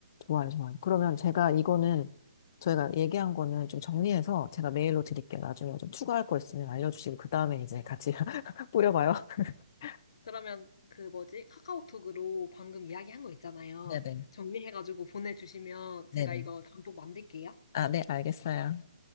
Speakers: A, on the left; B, on the left.
A: 좋아요, 좋아요. 그러면 제가 이거는, 저희가 얘기한 거는 좀 정리해서 제가 메일로 드릴게요. 나중에 좀 추가할 거 있으면 알려주시고, 그 다음에 이제 같이 <laughs> 뿌려봐요. <laughs>
B: 그러면 그 뭐지? 카카오톡으로 방금 이야기한 거 있잖아요.
A: 네네.
B: 정리해가지고 보내주시면
A: 네네.
B: 제가 이거 단독 만들게요.
A: 아, 네, 알겠어요.